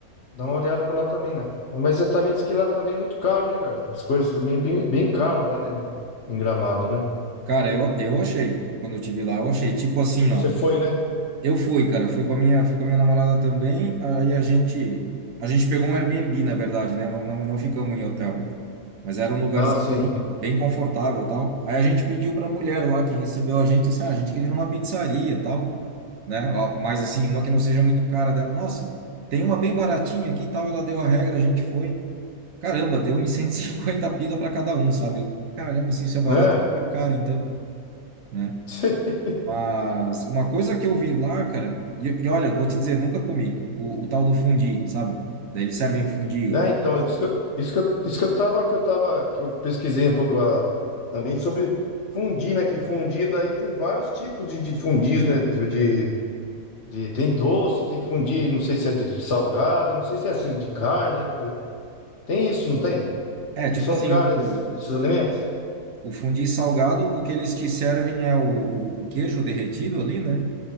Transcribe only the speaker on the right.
Cara, eu, eu achei. Quando eu tive lá, eu achei. Tipo assim,
ó.
Eu fui, cara. Fui com a minha, fui com a minha namorada também. Aí a gente, a gente pegou um Airbnb, na verdade, né? Não, não, não ficamos em hotel. Mas era um lugarzinho
bem confortável, e tal. Aí a gente pediu pra mulher lá que recebeu a gente, assim, ah, a gente queria ir numa pizzaria, e tal, né? Ó, Mas assim, uma que não seja muito cara dela. Nossa, tem uma bem baratinha aqui, e tal. Ela deu a regra, a gente foi. Caramba, deu em 150 pila pra cada um, sabe? Eu, Caramba, se isso é barato,
o que que é o caro, então? né?
Mas uma coisa que eu vi lá, cara, e, e olha, vou te dizer, nunca comi o, o tal do fundi, sabe? Daí eles servem o fundi.
É,
tipo
assim,
o, o,
o fundi salgado, o que eles te servem é o, o, o queijo derretido ali, né?